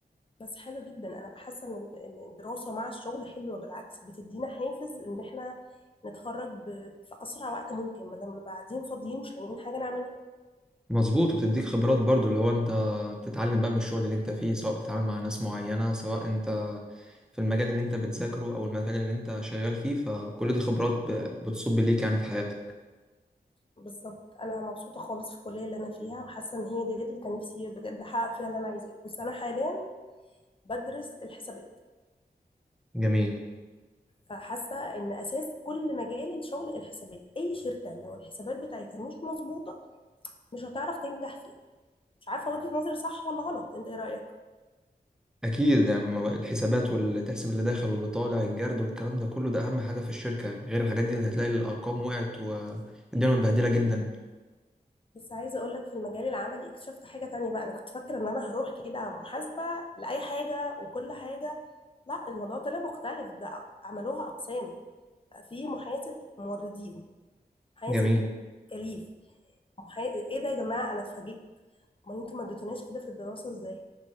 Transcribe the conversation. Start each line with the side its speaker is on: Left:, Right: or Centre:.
Left: بس حلو جدا انا بحس ان إن الدراسه مع الشغل حلوه بالعكس بتدينا حافز ان احنا نتخرج ب- في اسرع وقت ممكن بدل ما نبقى قاعدين فاضيين مش لاقيين حاجه نعملها
Centre: مظبوط وبتديك خبرات برضو اللي هو انت بتتعلم بقى من الشغل اللي انت فيه سواء بتتعامل مع ناس معينة سواء انت في المجال اللي انت بتذاكره او المجال اللي انت شغال فيه فكل دي خبرات ب- بتصب ليك يعني في حياتك
Left: بالظبط انا مبسوطه خالص في الكليه اللي انا فيها وحاسه ان هي ديت اللي كان نفسي بجد احقق فيها اللي انا عايزاه بس انا حاليا بدرس الحسابات
Centre: جميل
Left: فحاسه ان اساس كل مجال الشغل الحسابات اي شركه لو الحسابات بتاعتها مش مظبوطه مش هتعرف تنجح فيها مش عارفه وجهه نظري صح ولا غلط انت ايه رايك
Centre: اكيد يعني ما- الحسابات واللي تحسب اللي داخل واللي طالع الجرد والكلام ده كله ده اهم حاجه في الشركه غير الحاجات دي هتلاقي الارقام وقعت والدنيا متبهدله جدا
Left: بس عايزه اقول لك في المجال العملي اكتشفت حاجه تانية بقى انا كنت فاكره ان انا هروح كده محاسبه لاي حاجه وكل حاجه لا الموضوع طلع مختلف ده عملوها اقسام بقى في محاسب موردين محاسب
Centre: جميل
Left: تكاليف محا... ايه ده يا جماعه انا اتفاجئت امال انتوا ما اديتوناش كده في الدراسه ازاي